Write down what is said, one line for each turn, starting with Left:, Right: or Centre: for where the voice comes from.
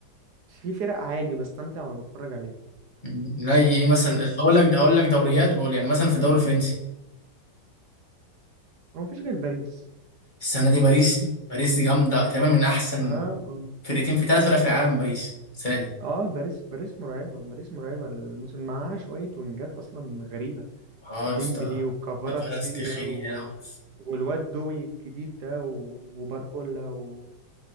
Right: بس في فرق عادي بستمتع وأنا بتفرج عليها
Left: مم، زي ايه مثلا
Right: يعني اس
Left: هقول
Right: اس
Left: لك هقول لك دوريات وقول يعني مثلا في الدوري الفرنسي
Right: هو مفيش غير باريس
Left: السنه دي باريس
Right: يعني مفيش
Left: باريس دي جامده تقريبا من احسن
Right: <laughs> اه
Left: فرقتين في ثلاث فرق في العالم باريس السنه دي
Right: اه باريس باريس مرعبة باريس مرعبة الموسم معاها شوية وينجات أصلا غريبة
Left: اه
Right: ديمبلي
Left: يا اسطى
Right: وكفاراتسيليا
Left: فرس تخيري
Right: و...
Left: يا لهوي
Right: والواد دوي الجديد ده و... وباركولا و...